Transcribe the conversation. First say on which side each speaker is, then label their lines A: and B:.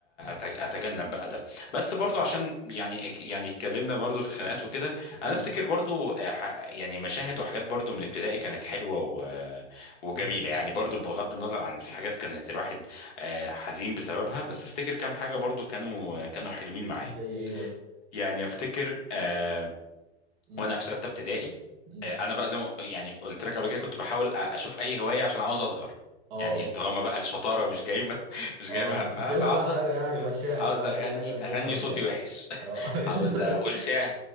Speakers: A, on the left; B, on the right.
A: أت- اتجنب بقى ده بس برضو
B: اه
A: عشان يعني يعني اتكلمنا برضو في خناقات وكده انا
B: امم
A: افتكر برضو آه، ح- يعني مشاهد وحاجات برضو من ابتدائي كانت حلوه و... وجميله
B: امم
A: يعني برضو بغض النظر عن في حاجات كانت الواحد آه، حزين بسببها بس افتكر كام حاجه برضو كانوا كانوا حلوين معايا
B: زي ايه مثلا
A: يعني افتكر آه،
B: امم
A: وانا في سته ابتدائي
B: امم
A: آه، انا بقى زي ما يعني قلت لك قبل كده كنت بحاول أ- اشوف اي هوايه عشان عاوز اظهر
B: اه
A: يعني طالما بقى الشطاره مش جايبه <laughs> مش
B: اه
A: جايبه همها
B: نشوف لنا
A: فعاوز
B: بقى حاجه
A: اظهر
B: يعني
A: آه،
B: بقى شعر
A: عاوز
B: بقى
A: اغني
B: اي حاجه نسهر
A: اغني
B: بيها
A: صوتي
B: يعني
A: وحش
B: اه
A: <laughs>
B: <laughs>
A: عاوز
B: لسه
A: اقول
B: طالع.
A: شعر